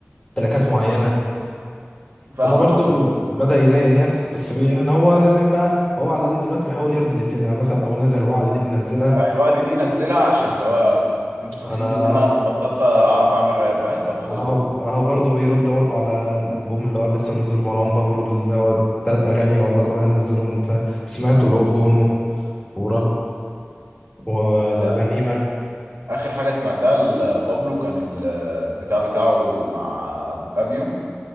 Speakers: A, on the left; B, on the right.
A: تراكات معينه
B: فاهمك
A: فده برضه
B: عامه
A: بي- بدأ يضايق ناس بس بي يعني هو لازم بقى هو على الأقل دلوقتي بيحاول يرضي الاتنين يعني مثلا أغنية زي الوعد دي اللي نزلها
B: يعني الوقت دي نزلها عشان اللي هو انتوا فاكرين
A: أنا
B: ان انا بطلت اعرف اعمل راب ها طب خده
A: أهو أهو برضه بيرد برضه على الألبوم اللي هو لسه منزله مروان بابلو اللي هو تلات أغاني ولا أربع أغاني نزلهم أنت سمعته اللي هو بونو ورا و-
B: لا
A: وغنيمة
B: اخر حاجه سمعتها لبابلو كان البتاع بتاعه مع ابيو